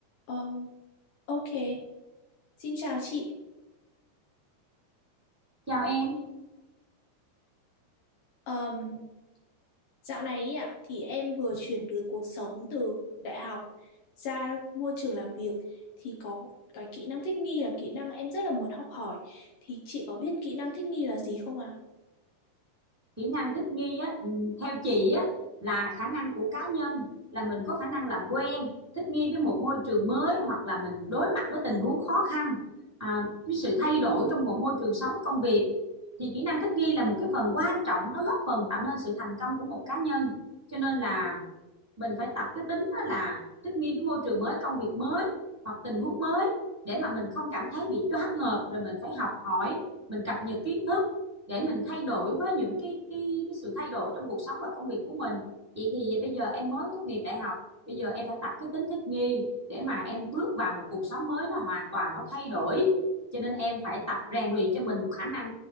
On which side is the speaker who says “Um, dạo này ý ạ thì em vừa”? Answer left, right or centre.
Left